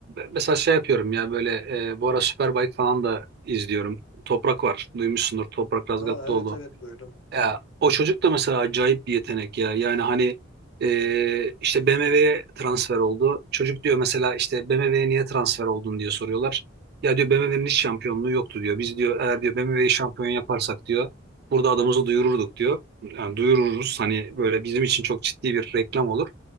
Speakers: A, on the right; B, on the left.
A: mesela şey yapıyorum ya böyle ee, bu ara Superbike falan da izliyorum. Toprak var. Duymuşsundur Toprak Razgatlıoğlu.
B: Ha evet evet duydum.
A: Ya, o çocuk da mesela acayip bir yetenek ya. Yani hani e, işte BMW'ye transfer oldu. Çocuk diyor mesela işte BMW'ye niye transfer oldun diye soruyorlar. Ya diyor BMW'nin hiç şampiyonluğu yoktu diyor. Biz diyor eğer diyor BMW'yi şampiyon yaparsak diyor burada adımızı duyururduk diyor. Yani duyururuz hani böyle bizim için çok ciddi bir reklam olur.